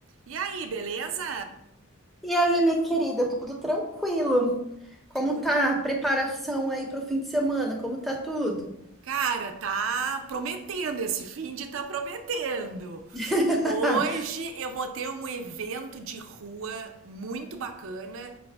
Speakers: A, on the right; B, in the centre.
A: E aí, beleza?
B: E aí, minha querida, tudo tranquilo? Como
A: Tu,
B: tá a preparação aí para o fim de semana? Como tá tudo?
A: cara, tá prometendo esse fim de tá prometendo.
B: <laughs>
A: Hoje eu vou ter um evento de rua muito bacana